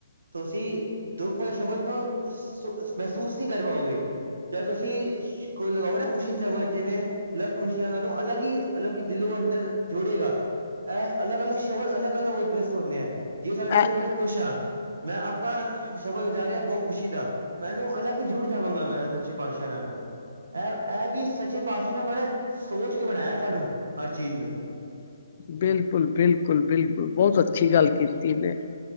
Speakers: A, on the right (about 80°); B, on the left (about 50°).
A: ਤੁਸੀਂ ਦੁੱਖ ਵਾਲੇ ਸ਼ਬਦ ਨੂੰ ਮਹਿਸੂਸ ਨਹੀਂ ਕਰ ਪਾਓਗੇ। ਜਾ ਤੁਸੀਂ ਲਗਾਓ ਨਾ ਖੁਸ਼ੀ ਸਬ ਜਿਵੇਂ ਅਲੱਗ ਖੁਸ਼ੀਆਂ ਤੁਹਾਨੂੰ ਅਲੱਗ ਹੀ ਮਤਲਬ ਕਿ ਦਿਲ ਅੰਦਰ ਜੋੜੇਗਾ ਏ ਅਲਗ-ਅਲਗ ਸ਼ਬਦ ਅਲਗ-ਅਲਗ ਉਦੇ ਵਾਸਤੇ ਹੁੰਦੇ ਹੈ। ਦੇ ਸਾਡੇ
B: ਇਹ
A: ਬੜੇ ਖੁਸ਼ ਹਾਂ ਮੈਂ ਆਪਾਂ ਸ਼ਬਦ ਉਜਾਰਿਹਾ ਬਹੁਤ ਖੁਸ਼ੀ ਦਾ। ਮੈਨੂੰ ਅਲੱਗ ਜੂੜ ਜਾਵਾਂਗਾ ਮੈਂ ਸੱਚੇ ਪਾਤਸ਼ਾਹ ਨਾਲ। ਇਹ, ਇਹ ਵੀ ਸੱਚੇ ਪਾਤਸ਼ਾਹ ਨੇ ਬੜਾ ਸੋਚ ਕੇ ਬਣਾਇਆ ਸਾਨੂੰ ਹਰ ਚੀਜ਼ ਨੂੰ।
B: ਬਿਲਕੁਲ-ਬਿਲਕੁਲ, ਬਿਲਕੁਲ ਬਹੁਤ ਅੱਛੀ ਗੱਲ ਕੀਤੀ ਨੇ।